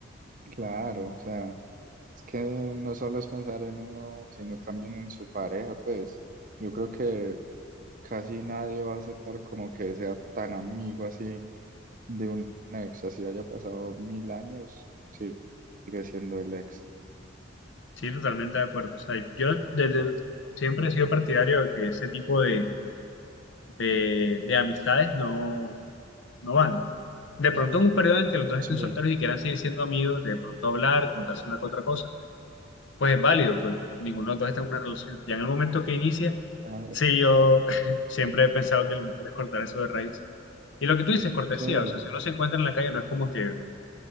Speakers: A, on the right; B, on the left.
A: claro, o sea, es que no solo es pensar en uno, sino también en su pareja, pues, yo creo que casi nadie va a aceptar como que sea tan amigo así de un ex, así haya pasado mil años, sí, sigue siendo el ex.
B: Sí, totalmente de acuerdo. O sea, yo desde siempre he sido partidario de que ese tipo de, de, de amistades no, no van. De pronto es un periodo en que los dos estén
A: Sí,
B: solteros y quieran seguir siendo amigos, de pronto hablar, contarse una que otra cosa pues es válido, pues ninguno de los dos está en una relación. Ya en el momento que inicia,
A: claro.
B: sí, yo <laughs> siempre he pensado que lo mejor es cortar eso de raíz. Y lo que tú dices, cortesía,
A: Sí, y-
B: o sea, si uno se encuentra en la calle, no es como que